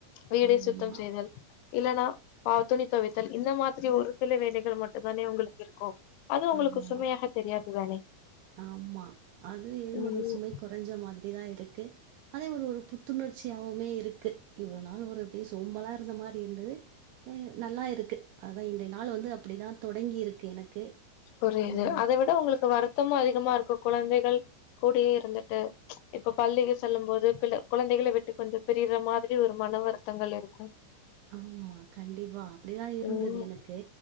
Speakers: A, on the left; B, on the right.
A: வீடு
B: ஆமா
A: சுத்தம் செய்தல் இல்லன்னா பா துணி துவைத்தல் இந்த மாதிரி ஒரு சில வேலைகள் இதுல மட்டு தானே உங்ளுக்கு இருக்கு அது உங்ளுக்கு
B: ஆமா
A: சுமையாக தெரியாது தானே
B: ஆமா அது ஏதோ
A: ம்
B: ஒரு சுமை குறைஞ்ச மாதிரிதா இருக்கு அதே ஒரு ஒரு புத்துணர்ச்சியாவுமே இருக்கு இவ்ளநாள் ஒரு அதே சோம்பலா இருந்த மாரி இருந்தது து நல்லா இருக்கு அதா இன்றைய நாள் வந்து அப்டி தா தொடங்கியிருக்கு எனக்கு
A: புரியுது
B: உம்
A: அத விட உங்ளுக்கு வருத்தமு அதிகமா இருக்கு கொழந்தைகள் கூடயே இருந்துட்டு இப்ப பள்ளிக்கு சொல்லும் போது பிள்ள கெழந்தைகள விட்டுக் கொஞ்ச பிரியிற மாதிரி ஒரு மன வருத்தங்கள் இருக்கும்
B: ஆமா கண்டிப்பா அப்டிதா இருந்தது
A: ம்
B: எனக்கு